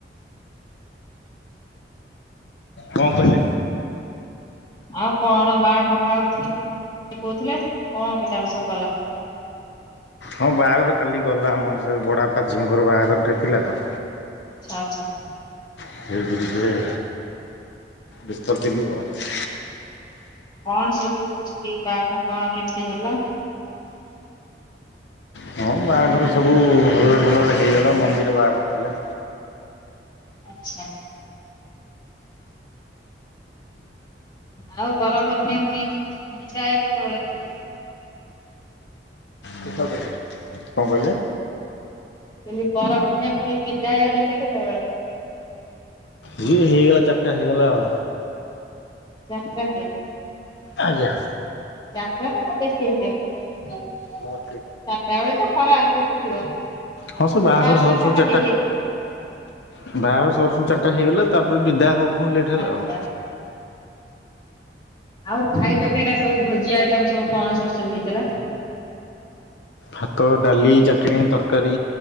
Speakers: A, on the left (about 85°); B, on the left (about 25°).
A: କଣ
B: ଆଚ୍ଛା
A: କହିଲେ?
B: ଆଉ କଣ ବାହାଘର ଫାଘର ଥିଲ କହୁଥିଲେ କଣ କେତେଆଡେ ସବୁ ଗଲା।
A: ହଁ ବାହାଘର କାଲି ଗଲା ଆମର ସେ ବଡ଼ପା ଝିଅଙ୍କର ବାହାଘରଟେ ଥିଲା ତ।
B: ଆଚ୍ଛା ଆଚ୍ଛା।
A: ସେଇ ଯୁଗୁରୁ ଟିକେ ବ୍ୟସ୍ତରେ ଥିଲୁ ଆଉ।
B: କଣ ସବୁ ସେଠି ବାହାଘର କଣ କେମିତି ହେଲା?
A: ହଁ ବାହାଘର ସବୁ ଭଲରେ ଭଲରେ ହେଇଗଲା ମନ୍ଦିର ବାହାଘର ଥିଲା।
B: ଆଚ୍ଛା। ଆଉ ବରକନ୍ୟା ପୁଣି ବିଦାୟ କେତେବେଳେ ହେଲେ।
A: କଣ କହିଲେ?
B: ମୁଁ କହିଲି ବର କନ୍ୟା ପୁଣି ବିଦାୟ ନେଲେ କେତେବେଳେ।
A: ଇଏ ହେଇଗଲା ଚାରିଟା ହେଇଗଲା ଆଉ।
B: ଚାରିଟା ହେଇଗଲା
A: ଆଜ୍ଞା।
B: ଚାରିଟା ନା ବେଶୀ ହେଇଯିବ। ଚାରିଟା
A: ହଁ
B: ବେଳେ ତ ଖରା ଆସୁଥିବ।
A: ହଁ ସେ ବାହାଘର
B: ପାଞ୍ଚଟା
A: ସରୁସରୁ
B: ଛଅଟା
A: ଚାରିଟା
B: ହେଇଯାଇଥିବ ବୋଧେ
A: ବାହାଘର ସରୁସରୁ ଚାର ଟା ହେଇଗଲା ତାପରେ ବିଦା ହଉ ହଉ
B: ଆଚ୍ଛା
A: ଲେଟ୍ ହେଲା
B: ଆଚ୍ଛା।
A: ଆଉ।
B: ଆଉ ଖାଇବା ପିଇବା ସବୁ ଭୋଜି ଆଇଟମ ସବୁ କଣ ସେଠି ସବୁ ହେଇଥିଲା?
A: ଭାତ, ଡାଲି, ଚାଟେଣି, ତରକାରୀ।